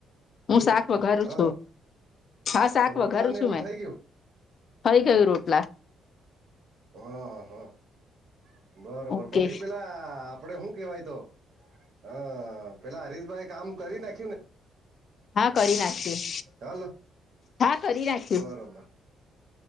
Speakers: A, on the left; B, on the right.
A: હું શાક વઘારું
B: હાલો
A: છું હા શાક
B: તો રોટલા
A: વઘારું
B: ને
A: છું
B: એવું
A: મેં.
B: થઈ ગયું
A: થઈ ગયું રોટલા.
B: હા, હા. બરોબર
A: ઓકે
B: પછી પેલા આપડે શું કેવાય તો હા પેલા હરીશભાઈ કામ કરી નાખ્યું ને
A: હા કરી નાખ્યું,
B: હાલ
A: હા કરી નાખ્યું.
B: બરોબર.